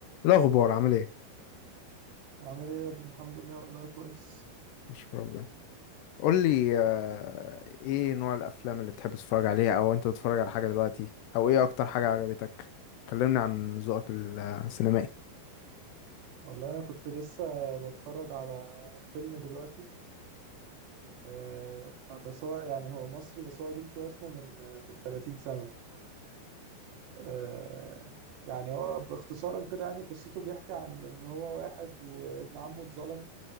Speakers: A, on the left (about 80°); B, on the right (about 75°).
A: إيه الأخبار عامل ايه؟
B: عامل ايه يا ابني الحمد لله والله كويس
A: مش ربنا قول لي آه، ايه نوع الأفلام اللي بتحب تتفرج عليها أو أنت بتتفرج على حاجة دلوقتي أو ايه أكتر حاجة عجبتك؟ كلمني عن ذوقك
B: والله.
A: السينمائي
B: والله انا كنت لسه بتفرج على فيلم دلوقتي آه بس هو يعني هو مصري بس هو قديم شويه اسمه من من 30 سنه آه يعني هو باختصارا كده يعني قصته بيحكي عن ان هو واحد وابن عمه اتظلموا